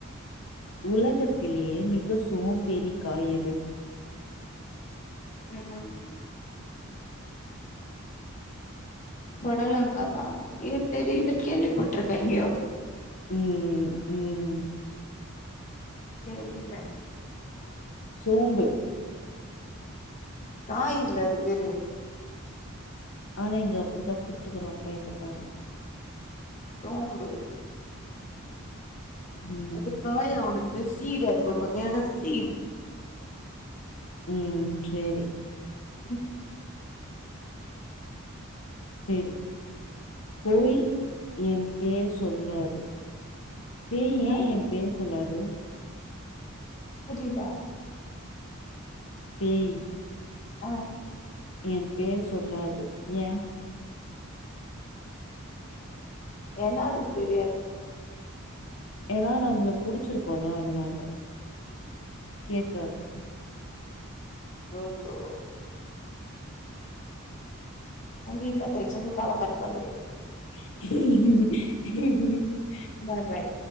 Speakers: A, on the left; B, on the left.
A: உலகத்திலேயே மிக சோம்பேறிக்காய் எது
B: ம் பொடலங்காவா ஏ தெரிது கேள்விப்பட்ருக்க எங்யோ
A: ம் ம்
B: தெரில
A: சோம்பு
B: காய் இல்ல அது பேரு
A: ஆனா இங்க அப்படித்தா குத்துக்குறா பைய்தியக்கார
B: தோம்பு
A: ம்
B: அது காயா உனக் அது சீட் அது ஒரு வகையான சீட்
A: ம் சேரி
B: ம்
A: சேரி போய் எ பேர் சொல்லாது தேய்
B: ஆ
A: ஏ ஏ பேர் சொல்லாது
B: புரில
A: பேய்
B: அ
A: எ பேர் சொல்லாது ஏ
B: ஏன்னா அதுக்கு தெரியாது
A: ஏன்னா நம்மள புடிச்சிருக்குல்ல அதனால கேக்காது
B: யோ யோ முடில தயவுசெஞ்சு கால கட் பண்டு போய்டு
A: <unintelligible> <unintelligible>
B: பாய் பாய்